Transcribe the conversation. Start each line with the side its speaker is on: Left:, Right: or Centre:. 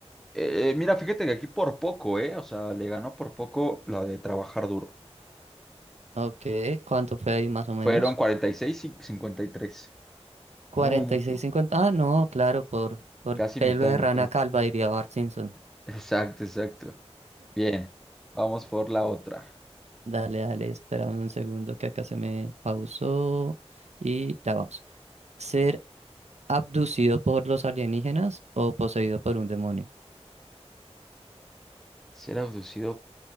Centre: eh, eh, mira, fíjate que aquí por poco, ¿eh? O sea, le ganó por poco la de trabajar duro.
Right: Ok, ¿cuánto fue ahí más o menos?
Centre: Fueron cuarenta y seis y y cincuenta y tres
Right: cuarenta
Centre: No hubo mucho,
Right: y seis cincuenta Ah, no, claro, por, por
Centre: casi
Right: pelo
Centre: mitad
Right: de
Centre: y
Right: rana
Centre: mitad.
Right: calva, diría Bart Simpson.
Centre: <laughs> Exacto, exacto. Bien, vamos por la otra.
Right: Dale, dale, espérame un segundo que acá se me pausó y ya vamos. ¿Ser abducido por los alienígenas o poseído por un demonio?
Centre: Ser abducido